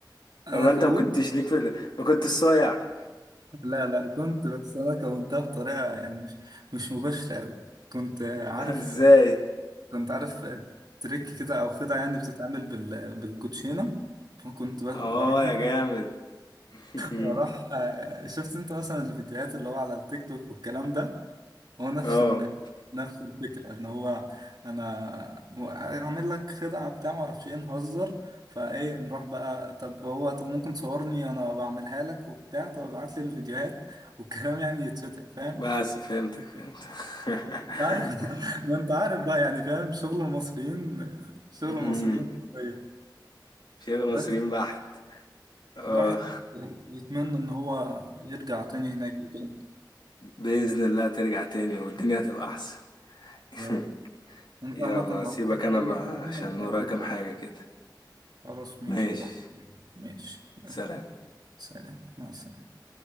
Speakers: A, on the right; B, on the left.
A: انا
B: ولا انت
A: كونت
B: ما كنتش ليك في ال- ما كنتش صايع
A: لا لا كنت بس انا كونتها بطريقه يعني مش مش مباشره قوي كنت عارف
B: <laughs> ازاي؟
A: كنت عارف تريك كده او خدعه يعني بتتعمل بال... بالكوتشينه فكنت ب-
B: اه
A: بروح <laughs>
B: يا جامد <laughs>
A: بروح شفت انت مثلا الفيديوهات اللي هو على التيك توك والكلام ده هو نفس
B: اه
A: ال... نفس الفكرة ان هو انا م- اعمل لك خدعة بتاع ما اعرفش ايه نهزر فايه نروح بقى طب هو طب ممكن تصورني وانا بعملها لك وبتاع طب ابعت لي الفيديوهات <laughs> والكلام يعني يتفتح فاهم
B: بس فهمتك فهمتك <laughs>
A: انت عارف <laughs> ما انت عارف بقى يعني فاهم شغل المصريين شغل
B: مهم.
A: المصريين حرفيا.
B: شغل
A: بس
B: مصريين <laughs> بحت اه
A: الواحد يتمنى ان هو يرجع تاني هناك وكده
B: بإذن الله ترجع تاني والدنيا هتبقى أحسن <laughs>
A: يا رب وانت
B: يلا
A: عامة لو
B: سيبك
A: احتجت
B: انا
A: اي
B: بقى
A: حاجة
B: عشان ورايا
A: يبقى
B: كام حاجة كده
A: خلاص ماشي
B: ماشي
A: يا وحيد. ماشي يلا.
B: سلام
A: سلام مع السلامة